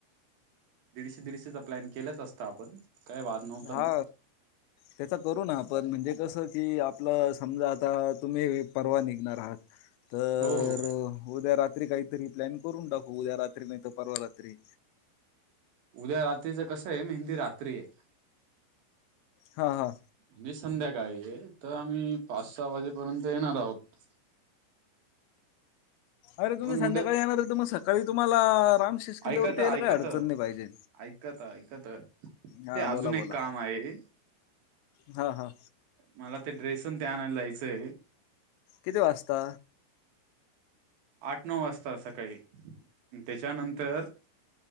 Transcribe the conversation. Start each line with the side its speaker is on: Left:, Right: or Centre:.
Right: दीडशे दीडशेचा प्लॅन केलाच असतं आपण. काय वाद नव्हता
Left: हा
Right: मग
Left: त्याचा करू ना आपण पण म्हणजे कसं की आपलं समजा आता तुम्ही परवा निघणार आहात. तर
Right: हो हो
Left: उद्या रात रात्री काहीतरी प्लॅन करून टाकवू उद्या रात्री नाही तर परवा रात्री
Right: उद्या रात्रीचं कसं आहे मेहंदी रात्री आहे.
Left: हा हा
Right: म्हणजे संध्याकाळी आहे तर आम्ही पाच सहा वाजेपर्यंत येणार आहोत.
Left: अरे तुम्ही
Right: पण
Left: संध्याकाळी येणार तु मग सकाळी तुम्हाला रामशेष किल्ल्यावरती
Right: ऐकत
Left: यायला
Right: ऐकत
Left: काही अडचण नाही पाहिजे
Right: ऐकत ऐकत
Left: हा
Right: ते अजून
Left: बोला बोला
Right: एक काम आहे.
Left: हा हा
Right: मला ते ड्रेस अन ते आणयला जायचंय.
Left: कतीं वाजता?
Right: आठ नऊ वाजता सकाळी त्याच्यानंतर